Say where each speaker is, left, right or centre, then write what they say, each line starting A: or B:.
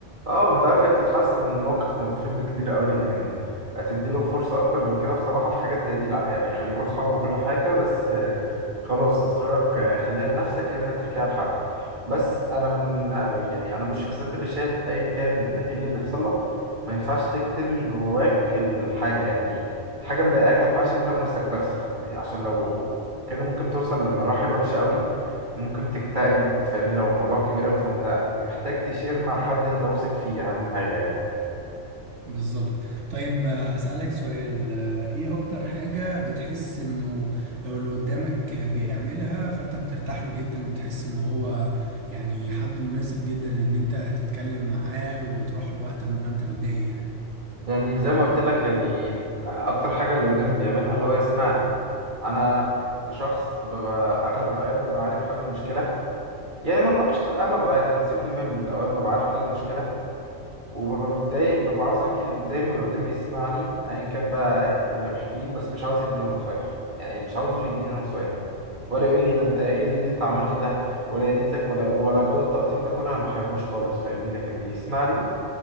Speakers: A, on the right (about 40°); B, on the right (about 75°).
A: اه انت عارف هي بتتحسن من موقف موقفين بكتير قوي لكن هتديله فرصة اكتر من كده بصراحة في حاجات زي دي لا يعني خليكوا اصحاب وكل حاجة بس آه، خلاص اسرارك آه، خليها لنفسك يا اما تحكيها لحد بس انا من يعني انا من الشخصيات اللي شايف ايا كان ايه اللي بيحصل لك ما ينفعش تكتم جواك الحاجة يعني حاجة مضايقاك ما ينفعش انت ونفسك بس عشان لو كده ممكن توصل لمراحل وحشة قوي ممكن تكتئب فاهمني لو الموضوع كبير قوي فانت محتاج تشير مع حد انت واثق فيه اهم حاجه يعني
B: بالظبط طيب آه، أسألك سؤال آه، ايه اكتر حاجة بتحس انه لو اللي قدامك آه، بيعملها فانت بترتاح له جدا وتحس ان هو يعني حد مناسب جدا ان انت تتكلم معاه وتروح له وقت ما انت متضايق يعني
A: يعني زي ما قلت لك يعني اكتر حاجه اللي قدامي بيعملها اللي هو يسمع لي انا كشخص ببقى اغلب الاوقات ببقى عارف حل المشكله يعني ما نقولش اغلب الاوقات 50% من الاوقات ببقى عارف حل المشكله وببقى متضايق ببقى عاوز احكي اللي قدامي واللي قدامي يسمعني ايا كان بقى اللي بحكيه بس مش عاوز يديني نصايح يعني مش عاوزه يديني نصايح ولا يقول لي ده انت ايه اللي انت عملته ده ولا يا ريتك ولا ولا جو التقطيم ده كله انا ما بحبوش خالص فاهمني لكن يسمع لي